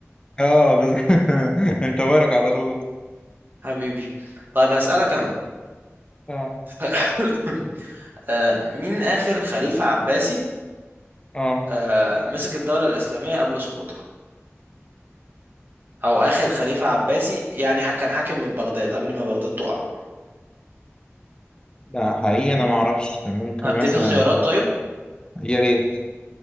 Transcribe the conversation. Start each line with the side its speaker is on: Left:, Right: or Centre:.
Left: اه بالظبط <laughs> انت بارك على طول
Right: حبيبي طيب هسألك انا
Left: آه.
Right: <coughs> آه مين اخر خليفة عباسي
Left: اه
Right: آه مسك الدولة الاسلامية قبل سقوطها او اخر خليفة عباسي يعني ح- كان حاكم من بغداد قبل ما بغداد تقع
Left: لا حقيقي انا ما اعرفش ممكن
Right: اديك
Left: مثلا
Right: اختيارات طيب؟
Left: يا ريت